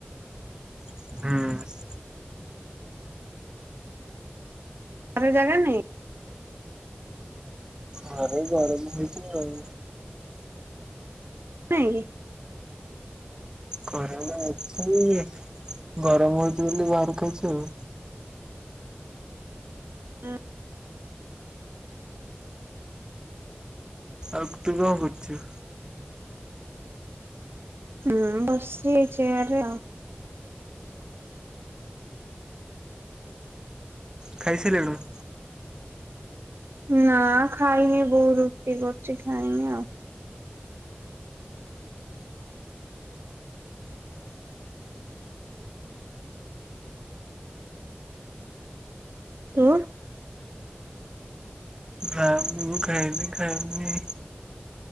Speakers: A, on the right; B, on the right.
A: ହୁଁ।
B: ଘରେ ଜାଗା ନାହିଁ?
A: ଘରେ ଗରମ ହୋଉଚି ଆଉ।
B: ନାଇଁଁ କି?
A: ଘରେ ମୁଁ ଅଛି ଗରମ ହଉଚି ବୋଲି ବାହାରକୁ ଆଇଚି ଆଉ।
B: ହୁଁ।
A: ଆଉ ତୁ କଣ କରୁଚୁ?
B: ମୁଁ ବସିଚି ଏଇ ଚିୟାର ରେ ଆଉ।
A: ହୁଁ ଖାଇସାଇଲୁଣୁ?
B: ନା ଖାଇନି ବୋଉ ରୁଟି କରୁଚି ଖାଇମି ଆଉ। ତୁ?
A: ନା ମୁଁ ମୁଁ ଖାଇନି ଖାଇମି।